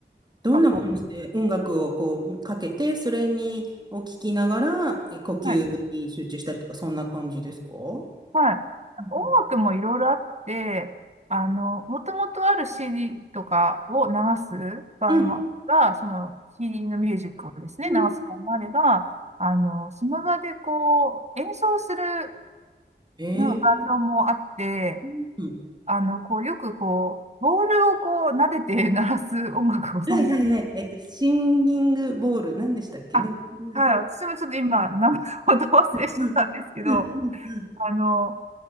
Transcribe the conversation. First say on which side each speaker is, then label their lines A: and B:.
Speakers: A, on the right (about 25°); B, on the right (about 35°).
A: どんな感じで音楽をこうかけて、
B: なんかこ
A: それにを聞きながら、え、呼吸に集中したりとか、
B: う、はい
A: そんな感じですかう
B: はい。
A: ん
B: 音楽もいろいろあって、あの、もともとある CD とかを流す場合もあれば、
A: うん。
B: その CD のミュージックをですね、
A: うん。
B: 流す場合もあれば、あの、その場でこう、演奏する
A: ええ
B: まあバージョンもあって、
A: うん。
B: あの、こう、よくこう、ボールをこう、撫でて鳴らす音楽をご存知、
A: はいはいはい。えっと、シンギングボール、何でしたっけなんか、
B: あ、
A: うん、
B: はい、私もちょっと今、名前をど忘れしちゃったんですけど、
A: うん、うん、うん、うん
B: あの、